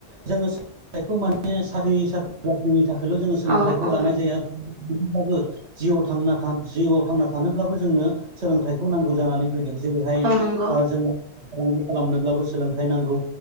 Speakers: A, on the right; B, on the right.
A: जोङो सोलोंथाइखौ माने साख्रि साख्रि बाख्रिनि थाखायल' जोङो सोलोंथाइखौ
B: औ औ
A: लानाय जाया <unintelligible> ब्लाबो जिउ थांना थानो जिउआव थांना थानोब्लाबो जोंनो सोलोंथाइखौ नांगौ जानानै फैदों। जेरैहाय
B: औ नंगौ
A: ओ जोङो फालांगि खालामनोब्लाबो सोलोंथाइ नांगौ।